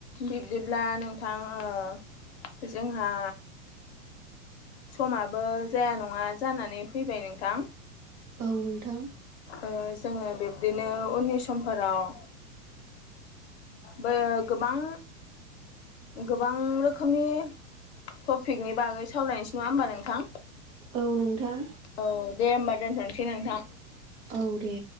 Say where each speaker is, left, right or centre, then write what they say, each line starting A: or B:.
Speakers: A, on the left; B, on the right.
A: बिब्दिब्ला नोंथां ओ जोंहा समाबो जाया नङा जानानै फैबाय नोंथां
B: औ नोंथां
A: ओ जोङो बिब्दिनो उननि समफोराव बो गोबां गोबां रोखोमनि टपिकनि बागै सावलायनोसै नङा होमबा नोंथां
B: औ नोंथां
A: औ दे होमबा दोनथ'सै नोंथां
B: औ दे